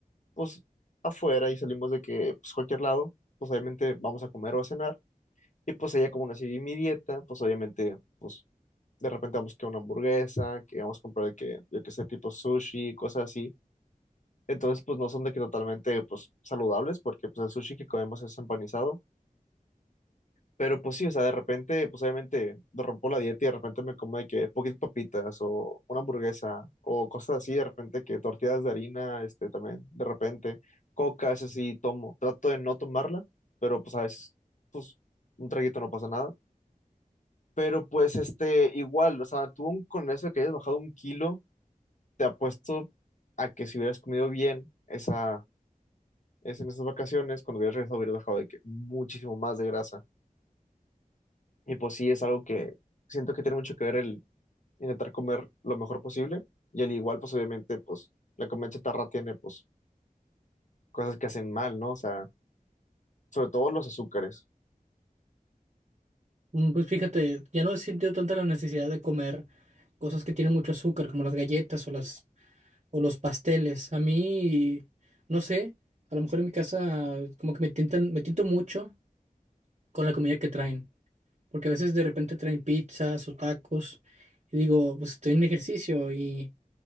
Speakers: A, on the left (about 55°); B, on the right (about 50°).
A: pues, afuera y salimos de que, pues, cualquier lado, pues obviamente vamos a comer o a cenar y pues ella como no sigue mi dieta, pues obviamente, pues de repente vamos que a una hamburguesa, que vamos a comprar de que, yo que sé, tipo sushi, cosas así entonces, pues no son de que totalmente pues saludables, porque pues el sushi que comemos es empanizado. Pero pues sí, o sea, de repente, pues obviamente me rompo la dieta y de repente me como de que poquitas papitas o una hamburguesa o cosas así, de repente que tortillas de harina, este también, de repente, coca, eso sí tomo. Trato de no tomarla, pero pues a veces, pues un traguito no pasa nada. Pero pues este, igual, o sea, tú un- con eso de que hayas bajado un kilo, te apuesto a que si hubieras comido bien esa es en esas vacaciones, cuando hubieras regresado hubieras bajado de que muchísimo más de grasa. Y pues sí, es algo que siento que tiene mucho que ver el intentar comer lo mejor posible. Y al igual, pues obviamente, pues la comida chatarra tiene pues cosas que hacen mal, ¿no? O sea, sobre todo los azúcares.
B: Mm, Pues fíjate, ya no he sentido tanta la necesidad de comer cosas que tienen mucho azúcar, como las galletas o las o los pasteles. A mí, no sé, a lo mejor en mi casa como que me tientan, me tiento mucho con la comida que traen, porque a veces de repente traen pizzas o tacos y digo, pues estoy en ejercicio y